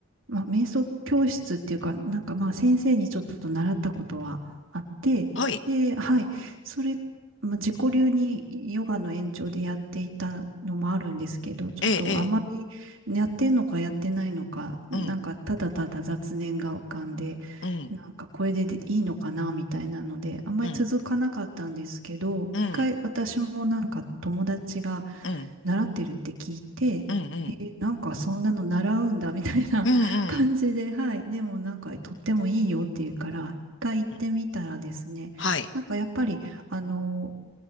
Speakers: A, on the right; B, on the left.
A: まあ、瞑想教室っていうか、なんかまあ先生にちょっと習ったことはあって、
B: はい。
A: で、はい、それ、まあ、自己流にヨガの延長でやっていたのもあるんですけど、ちょっとあまりやってんのかやってないのか、
B: ええ、ええ。
A: なんかただただ雑念が浮かんで、
B: うん、うん、
A: なんかこれでいいのかなみたいなので、あんまり続かなかったんですけど、
B: うん、うん、
A: 一回私もなんか友達が
B: うん、うん、
A: 習ってるって聞いて、
B: うん、
A: えーなんかそんなの習うんだみたいな
B: うん、
A: <laughs> 感じで、はい。でもなんかとってもいいよっていうから、一回行ってみたらですね、
B: うん。はい。
A: なんかやっぱり、あの、